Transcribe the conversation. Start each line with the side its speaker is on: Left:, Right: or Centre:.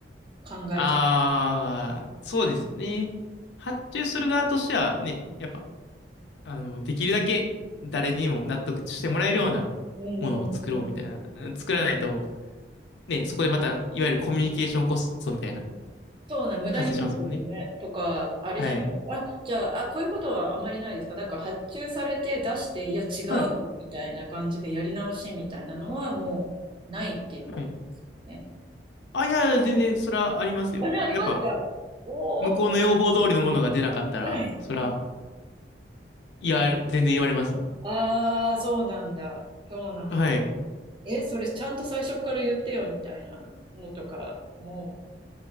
Right: 考えちゃ
Left: ああ、そうですよね。発注する側としてはね、やっぱ、あの、できるだけ誰にも納得してもらえるような
Right: う。うんうんうんうん
Left: ものを作ろうみたいな、作らないと、ね、そこでまた、いわゆるコミュニケーションコストみたいな、
Right: そうね、無駄になってもね、
Left: 発生しますもんね。
Right: とか、あれじゃない、
Left: はい。
Right: あ、じゃあ、あ、こういうことはあまりないですか。だから発注されて出して、いや、違うよ、
Left: はい。
Right: みたいな感じでやり直しみたいなのはもうないっていうことですよね。
Left: はい。あ、いや、全然、それはありますよ。
Right: あれ、ありますか
Left: やっぱ、
Right: おおー。
Left: 向こうの要望通りのものが出なかったら、
Right: <laughs>
Left: それは、いや、全然言われますね。
Right: ああ、そうなんだ。そうなんだ。
Left: はい。
Right: え、それちゃんと最初から言ってよ、みたいなのとか、もう